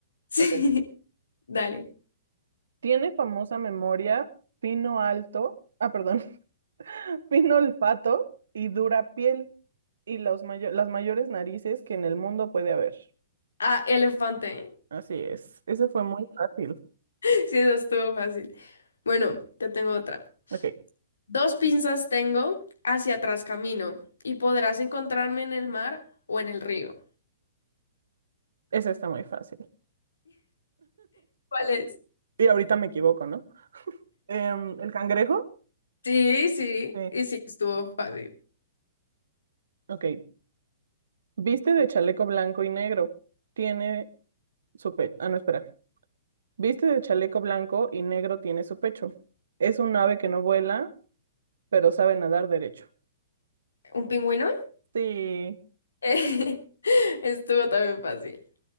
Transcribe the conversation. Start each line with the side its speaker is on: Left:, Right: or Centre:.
Left: Sí,
Right: Ok.
Left: <laughs> dale.
Right: Tiene famosa memoria, fino alto, ah, perdón, <laughs> fino olfato y dura piel y los mayo- las mayores narices que en el mundo puede haber.
Left: Ah, elefante. <laughs>
Right: Así es. Ese fue muy fácil.
Left: Sí, eso estuvo fácil. Bueno, te tengo otra.
Right: Ok,
Left: Dos pinzas tengo, hacia atrás camino, y podrás encontrarme en el mar o en el río.
Right: ese está muy fácil.
Left: ¿Cuál es?
Right: Y ahorita me equivoco, ¿no? Em, ¿el cangrejo?
Left: Sí, sí,
Right: Sí.
Left: y sí, estuvo fácil.
Right: Ok. Viste de chaleco blanco y negro. Tiene su pecho. Ah, no, espera. Viste de chaleco blanco y negro tiene su pecho. Es un ave que no vuela, pero sabe nadar derecho.
Left: ¿Un pingüino?
Right: Sí.
Left: <laughs> Estuvo también fácil.